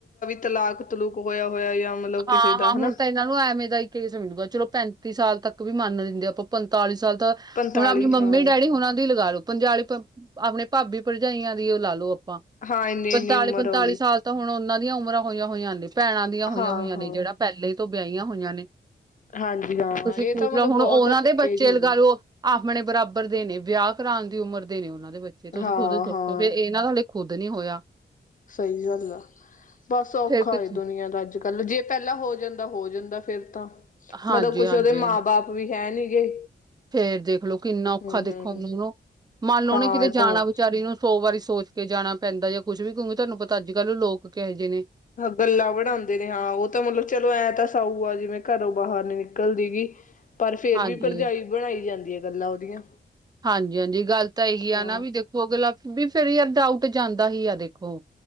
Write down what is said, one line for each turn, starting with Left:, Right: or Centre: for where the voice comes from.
Left: ਤਲਾਕ-ਤਲੂਕ ਹੋਇਆ ਹੋਇਆ, ਯਾਂ ਮਤਲਬ
Right: ਹਾਂ-ਹਾਂ
Left: ਕਿਸੇ ਦਾ ਹਨਾ।
Right: ਹੁਣ ਤਾਂ ਇਹਨਾਂ ਨੂੰ ਐਵੇਂ ਦਾ ਹੀ ਕੇਸ ਮਿਲੂਗਾ ਚਲੋ, ਪੈਂਤੀ ਸਾਲ ਤੱਕ ਵੀ ਮੰਨ ਲਿਂਦੇ ਆਂ ਪਰ ਪੰਤਾਲੀ ਸਾਲ ਤਾਂ
Left: ਪੰਤਾਲੀ
Right: ਹੁਣ ਆਪਣੀ ਮੰਮੀ
Left: ਹਾਂ
Right: ਡੈਡੀ ਹੋਂਨਾ ਦੀ ਲਗਾ ਲੋ। ਪੰਜੀ, ਆਪਣੇ ਭਾਬੀ ਭਰਜਾਈਆਂ ਦੀ ਉਹ ਲਾ ਲੋ ਆਪਾਂ,
Left: ਹਾਂ ਇੰਨੀ
Right: ਪੰਤਾਲੀ਼-ਪੰਤਾਲੀ਼
Left: ਇੰਨੀ ਉਮਰ ਹੋ ਗਈ
Right: ਸਾਲ ਤਾਂ ਹੁਣ ਉਹਨਾਂ ਦੀਆਂ ਉਮਰਾਂ ਹੋਈਆਂ-ਹੋਈਆਂ ਨੇ, ਭੈਣਾਂ ਦੀਆਂ ਹੋਈਆਂ-ਹੋਈਆਂ
Left: ਹਾਂ ਹਾਂ
Right: ਨੇ, ਜਿਹੜਾ ਪਹਿਲੇਂ ਤੋਂ ਵਿਆਹੀਆਂ ਹੋਈਆਂ ਨੇ।
Left: ਹਾਂਜੀ ਹਾਂ।
Right: ਤੁਸੀਂ
Left: ਇਹ
Right: ਪੁੂਛ
Left: ਤਾਂ ਮਤਲਬ
Right: ਲਓ, ਹੁਣ
Left: ਬਹੁਤ
Right: ਉਹਨਾਂ ਦੇ ਬੱਚੇ
Left: ਏਜ ਹੋ
Right: ਲਗਾ
Left: ਗਈ
Right: ਲਓ। ਆਪਣੇ ਬਰਾਬਰ ਦੇ ਨੇ, ਵਿਆਹ ਕਰਾਨ ਦੀ ਉਮਰ ਦੇ ਨੇ ਉਹਨਾਂ ਦੇ ਬੱਚੇ, ਤੁਸੀਂ
Left: ਹਾਂ
Right: ਖੁਦ ਸੋਚੋ,
Left: ਹਾਂ
Right: ਫੇਰ ਇਹਨਾਂ ਦ ਖੁਦ ਨੀਂ ਹੋਇਆ
Left: ਸਈ ਗੱਲ ਆ, ਬਸ ਔਖਾ
Right: ਫੇਰ ਕੁਛ।
Left: ਏ ਦੁਨੀਆਂ ਦਾ ਅੱਜ। ਕਲ ਜੇ ਪਹਿਲਾਂ ਹੋ ਜਾਂਦਾ, ਹੋ ਜਾਂਦਾ ਫੇਰ ਤਾਂ,
Right: ਹਾਂਜੀ
Left: ਮਤਲਬ ਕੁੱਛ
Right: ਹਾਂਜੀ
Left: ਉਹਦੇ ਮਾਂ ਬਾਪ ਓ ਵੀ ਹੈ ਨੀ ਗੇ?
Right: ਫੇਰ ਦੇਖਲੋ ਕਿੰਨਾ ਔਖਾ
Left: ਹਮ
Right: ਦੇਖੋ
Left: ਹਮ
Right: ਮੂੰਹਰੋਂ, ਮੰਨ ਲਓ
Left: ਹਾਂ
Right: ਨੇ ਕਿਤੇ
Left: ਇਹ ਤਾਂ
Right: ਜਾਣਾ
Left: ਹੈ
Right: ਵਿਚਾਰੀ ਨੂੰ ਸੋ ਵਾਰੀ ਸੋਚ ਕੇ ਜਾਣਾ ਪੈਂਦਾ, ਜਾਂ ਕੁੱਛ ਵੀ ਕਹੁੰਗੀ ਤੁਹਾਨੂੰ ਪਤਾ ਅੱਜ ਕੱਲ੍ਹ ਲੋਕ ਕਿਹੋ ਜਿਹੇ ਨੇ।
Left: ਗੱਲਾਂ ਬਣਾਉਂਦੇ ਨੇ ਹਾਂ, ਉਹ ਤਾਂ ਮਤਲਬ ਚਲੋ ਐਂ ਤਾਂ ਸਾਊ ਆ ਜਿਵੇਂ ਘਰੋਂ ਬਾਹਰ ਨੀ ਨਿਕਲਦੀ ਗੀ। ਪਰ ਫੇਰ
Right: ਹਾਂਜੀ
Left: ਵੀ ਭਰਜਾਈ ਬਣਾਈ ਜਾਂਦੀ ਐ, ਗੱਲਾਂ ਉਹਦੀਆਂ।
Right: ਹਾਂਜੀ ਹਾਂਜੀ ਗੱਲ ਤਾਂ ਇਹੀ ਆ
Left: ਹਾਂ।
Right: ਨਾ, ਵੀ ਦੇਖੋ ਅਗਲਾ ਵੀ, ਫਿਰ ਯਾਰ ਡਾਊਟ ਜਾਂਦਾ ਈ ਆ ਦੇਖੋ।